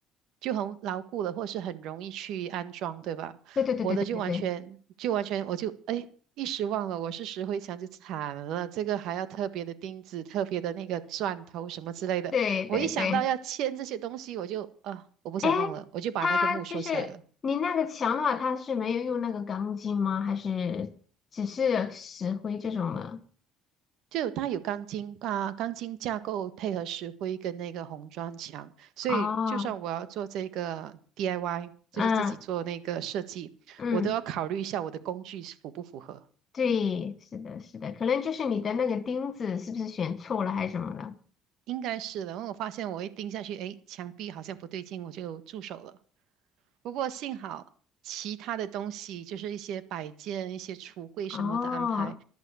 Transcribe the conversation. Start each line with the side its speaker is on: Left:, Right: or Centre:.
Right: 就很牢固了，或是很容易去安装，对吧？
Left: 对对对对对对对
Right: 我的就完全就完全我就哎一时忘了我是石灰墙就惨了，这个还要特别的钉子、特别的那个钻头什么之类的。
Left: 对对对对。
Right: 我一想到要签这些东西，我就啊我不想弄了，
Left: 哎，
Right: 我就把那个木收起来了。
Left: 它就是你那个墙的话，它是没有用那个钢筋吗？还是只是石灰这种的？
Right: 就有它有钢筋啊，钢筋架构配合石灰跟那个红砖墙，所以就算我要做这个
Left: 哦，
Right: DIY，就是自己做那个设计，
Left: 嗯嗯，
Right: 我都要考虑一下我的工具符不符合。
Left: 对，是的，是的，可能就是你的那个钉子是不是选错了还是什么的？
Right: 应该是的，因为我发现我一盯下去，诶，墙壁好像不对劲，我就住手了。不过幸好其他的东西，就是一些摆件、一些橱柜什么的安排，
Left: 哦